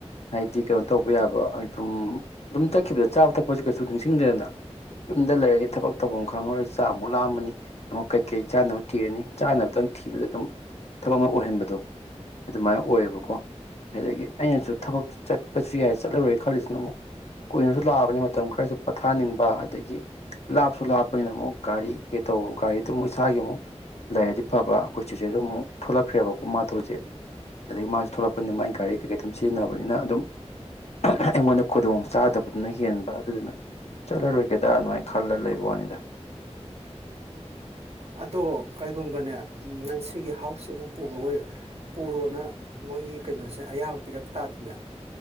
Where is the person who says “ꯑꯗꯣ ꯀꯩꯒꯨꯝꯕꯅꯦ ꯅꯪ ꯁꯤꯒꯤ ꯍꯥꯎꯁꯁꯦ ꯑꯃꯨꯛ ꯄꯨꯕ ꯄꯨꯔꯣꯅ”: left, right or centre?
Right